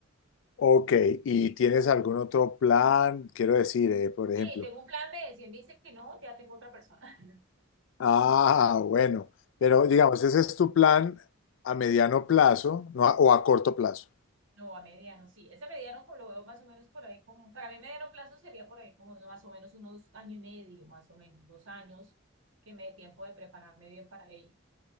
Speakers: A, on the left (about 65°); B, on the right (about 70°).
A: ok. ¿Y tienes algún otro plan? Quiero decir, eh, por ejemplo.
B: Sí, tengo un plan B. Si él me dice que no, ya tengo otra persona. <laughs>
A: Ah, bueno. Pero digamos, ese es tu plan a mediano plazo, no a- o a corto plazo.
B: No, a mediano, sí. Ese mediano co- lo veo más o menos por ahí como, para mí mediano plazo sería por ahí como ¿no? más o menos unos año y medio, más o menos, dos años, que me dé tiempo de prepararme bien para ello.